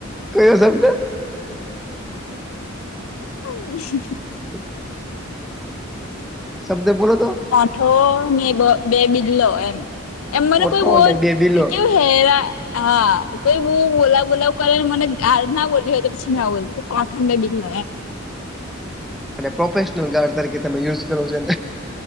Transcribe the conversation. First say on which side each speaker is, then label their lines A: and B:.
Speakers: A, in the centre; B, on the left.
A: કયો શબ્દ
B: <unintelligible>
A: <inaudible> શબ્દે બોલો તો
B: ઠો ને બે બિલ્લો એમ એમ મને
A: કોઠો
B: કોઈ બોલ
A: અને બે બિલો
B: કેવું હેરા હા કોઈ બ બોલાવ બોલાવ કરેને મને ગાળ ના બોલી હોય તો પછી ના બોલ કોઠો ને બે બિલ્લો એમ
A: અને પ્રોફેશનલ ગાર્ડ તરીકે તમે યુઝ કરો છો.